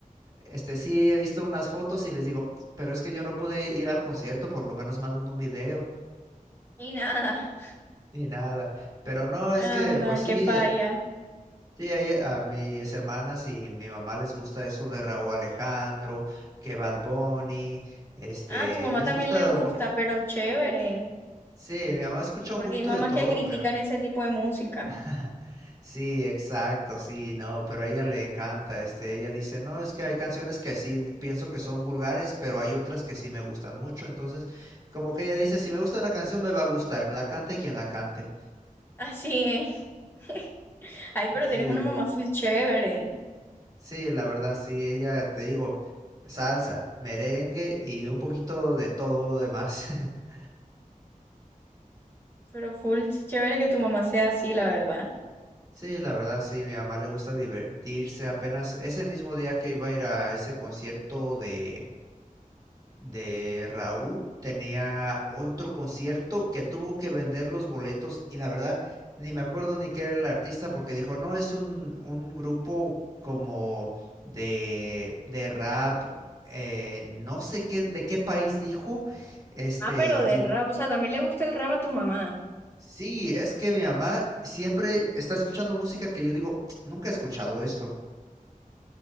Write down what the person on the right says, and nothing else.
Este sí he visto unas fotos y les digo, pero es que yo no pude ir al concierto, por lo menos manden un video.
Ni nada. Pero no, es
que, pues sí,
Sí, a, ella- a mis hermanas y mi mamá les gusta eso de Raúl Alejandro, que Bad Bunny, este,
les
gusta
un poquito.
Sí, mi mamá escucha
un poquito
de todo,
pero
<laughs> sí, exacto, sí, no, pero a ella le encanta, este, ella dice, no, es que hay canciones que sí pienso que son vulgares, pero hay otras que sí me gustan mucho, entonces, como que ella dice, si me gusta una canción, me va a gustar, la cante quien la cante.
Sí,
Sí, la verdad, sí, ella, te digo, salsa, merengue y un poquito de todo lo demás. <laughs>
Sí, la verdad, sí, mi mamá le gusta divertirse. Apenas ese mismo día que iba a ir a ese concierto de de Raúl tenía otro concierto que tuvo que vender los boletos y la verdad ni me acuerdo ni qué era el artista porque dijo, no, es un, un grupo como de, de rap, eh, no sé qué, de qué país dijo, este,
y
le-
sí, es que mi mamá siempre está escuchando música que yo digo, nunca he escuchado esto.